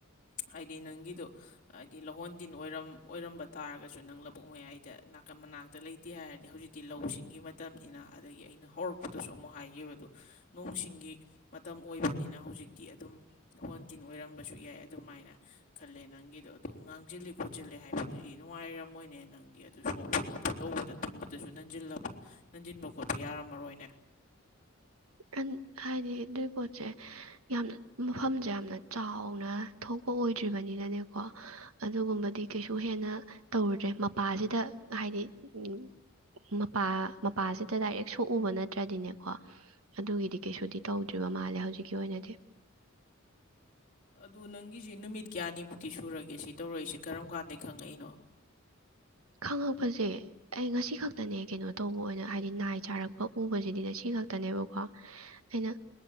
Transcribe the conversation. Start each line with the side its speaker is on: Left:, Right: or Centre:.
Left: ꯍꯥꯏꯗꯤ ꯅꯪꯒꯤꯗꯣ ꯍꯥꯏꯗꯤ ꯂꯍꯣꯟ ꯇꯤꯟꯔꯝ ꯑꯣꯏꯔꯝꯕ ꯇꯥꯔꯒꯁꯨ ꯅꯪ ꯂꯧꯕꯨꯛ ꯃꯌꯥꯏꯗ ꯅꯥꯀꯟ ꯃꯅꯥꯛꯇ ꯂꯩꯇꯦ ꯍꯥꯏꯔꯗꯤ ꯍꯧꯖꯤꯛꯇꯤ ꯂꯧꯁꯤꯡꯒꯤ ꯃꯇꯝꯅꯤꯅ ꯑꯗꯒꯤ ꯑꯩꯅ ꯍꯧꯔꯛꯄꯗꯁꯨ ꯑꯃꯨꯛ ꯍꯥꯏꯒꯕꯗꯣ ꯅꯣꯡꯁꯤꯡꯒꯤ ꯃꯇꯝ ꯑꯣꯏꯕꯅꯤꯅ ꯍꯧꯖꯤꯛꯇꯤ ꯑꯗꯨꯝ ꯍꯣꯟ ꯇꯤꯟ ꯑꯣꯏꯔꯝꯕꯁꯨ ꯌꯥꯏ ꯑꯗꯨꯃꯥꯏꯅ ꯈꯜꯂꯦ ꯅꯪꯒꯤꯗꯣ ꯑꯗꯨ ꯉꯥꯡꯁꯤꯜꯜꯂꯤꯦ ꯈꯣꯠꯆꯤꯜꯂꯦ ꯍꯥꯏꯕꯗꯨꯗꯤ ꯅꯨꯡꯉꯥꯏꯔꯝꯃꯣꯏꯅꯦ ꯅꯪꯗꯤ ꯑꯗꯨ ꯁꯣꯛ ꯇꯧꯕꯗ ꯊꯨꯝꯕꯗꯁꯨ ꯅꯟꯜꯂꯕ ꯅꯟꯁꯤꯟꯕ ꯈꯣꯠꯄ ꯌꯥꯔꯝꯃꯔꯣꯏꯅꯦ
Right: <inaudible> ꯍꯥꯏꯗꯤ ꯑꯗꯨꯏ ꯄꯣꯠꯁꯦ ꯌꯥꯝꯅ ꯃꯐꯝꯁꯦ ꯌꯥꯝꯅ ꯆꯥꯎꯅ ꯊꯣꯛꯄ ꯑꯣꯏꯗ꯭ꯔꯤꯕꯅꯤꯅꯅꯦꯀꯣ ꯑꯗꯨꯒꯨꯝꯕꯗꯤ ꯀꯩꯁꯨ ꯍꯦꯟꯅ ꯇꯧꯔꯨꯗ꯭ꯔꯦ ꯃꯄꯥꯁꯤꯗ ꯍꯥꯏꯗꯤ ꯎꯝ ꯃꯄꯥ ꯃꯄꯥꯁꯤꯗ ꯗꯥꯏꯔꯦꯛ ꯁꯣꯛꯎꯕ ꯅꯠꯇ꯭ꯔꯗꯤꯅꯦꯀꯣ ꯑꯗꯨꯒꯤꯗꯤ ꯀꯩꯁꯨꯗꯤ ꯇꯧꯗ꯭ꯔꯤꯕ ꯃꯥꯜꯂꯦ ꯍꯧꯖꯤꯛꯀꯤ ꯑꯣꯏꯅꯗꯤ
Left: ꯑꯗꯨ ꯅꯪꯒꯤꯁꯤ ꯅꯨꯃꯤꯠ ꯀꯌꯥꯅꯤꯃꯨꯛꯇꯤ ꯁꯨꯔꯒꯦ ꯁꯤ ꯇꯧꯔꯛꯏꯁꯤ ꯀꯔꯝ ꯀꯥꯟꯗꯗꯒꯤ ꯈꯪꯉꯛꯏꯅꯣ
Right: ꯈꯪꯉꯛꯄꯁꯦ ꯑꯩ ꯉꯁꯤ ꯈꯛꯇꯅꯦ ꯀꯩꯅꯣ ꯇꯧꯕ ꯑꯣꯏꯅ ꯍꯥꯏꯗꯤ ꯅꯥꯏ ꯆꯥꯔꯛꯄ ꯎꯕꯁꯤꯗꯤ ꯉꯁꯤ ꯈ ꯈꯇꯅꯦꯕꯀꯣ ꯑꯩꯅ